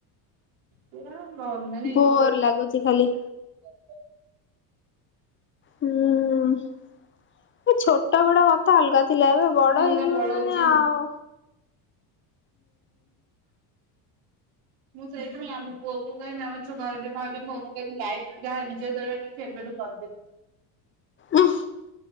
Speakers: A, on the right; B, on the left.
A: <unintelligible>
B: ବୋର୍
A: ଲାଗୁନି
B: ଲାଗୁଚି
A: କିଛି।
B: ଖାଲି। ହୁଁ ଏ ଛୋଟ୍ ଛୋଟ ବେଳେ କଥା ଅଲଗା ଥିଲା
A: ସବୁ
B: ଏବେ
A: ଦିନ
B: ବଡ
A: ଗୁରା
B: ହେଇଗଲୁଣି
A: ପଳଉଛି
B: ମାନେ ଆଉ
A: ମୁଁ ସେଇଥିପାଇଁ ଆମ ପୁଅକୁ କହିବି ଆମ <unintelligible> ମୁଁ କହିବି ଲାଇଫ୍ ରେ ଯାହା ଏଞୟ କରିବାର ଅଛି ଏବେଠୁ କରିଦେ।
B: ଉଁହ।